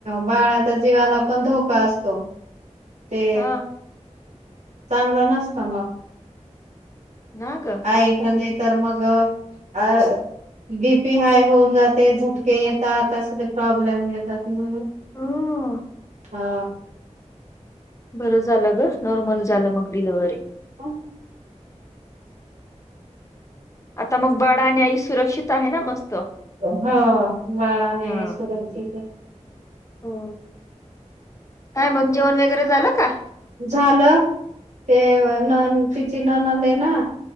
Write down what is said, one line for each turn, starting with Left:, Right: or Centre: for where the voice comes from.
Right: बाळाच्या जीवाला पण धोका असतो ते
Left: हा
Right: चांगला नसता मग
Left: ना ग.
Right: आच नाही तर मग अ बीपी हाय होऊन जाते झटके येतात असले प्रॉब्लेम येतात म्हणून
Left: ह
Right: हा
Left: बरं झालं ग नॉर्मल झालं ग डिलिव्हरी.
Right: हो
Left: आता मग बाळा आणि आई सुरक्षित आहे ना मस्त?
Right: हो बाळाने
Left: हा
Right: सुरक्षित
Left: हो का मग जेवण वगैरे झालं का?
Right: झालं ते नन तिची नणंद आहे ना